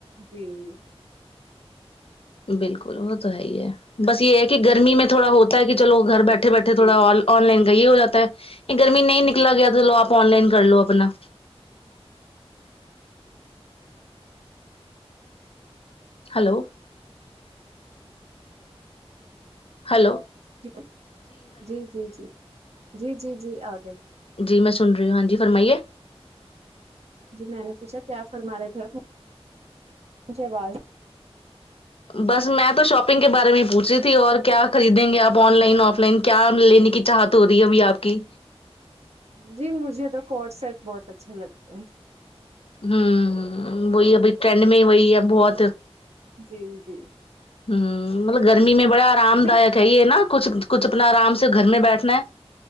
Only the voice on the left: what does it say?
بالکل وہ تو ہے ہی ہے بس یہ ہے کہ گرمی میں تھوڑا ہوتا ہے کہ چلو گھر بیٹھے بیٹھے بیٹھے
تھوڑا آن لائن کا یہ ہو جا ہے یہ گرمی نہیں نکلا گیا تو چلو آپ آن لائن کر لو اپنا ہیلو ہیلو
جی میں سن رہی ہوں ہاں جی فرمائیے
بس میں تو شاپنگ کے بارے میں ہی پوچ رہی تھی اور کیا خریدیں گے آپ آن لائن آف لائن کیا لینے کی چاہت ہو رہی ہے ابھی آپ کی
ہوں وہی ابھی ٹرینڈ میں وہی ہے بہت
ہ مطلب گرمی میں بڑا آرام
دایک ہے یہ نا کچھ کچھ اپنا آرام سے گھر میں بیٹھنا ہے